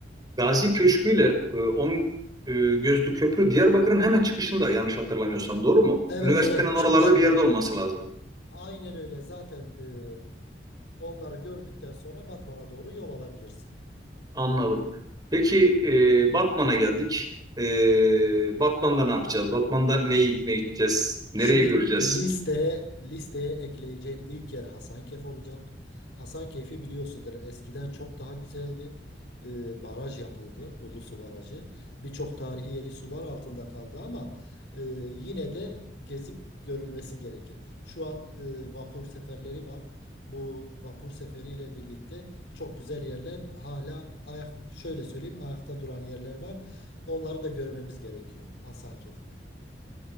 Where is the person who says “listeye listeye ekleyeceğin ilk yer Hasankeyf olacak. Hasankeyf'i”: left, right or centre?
Left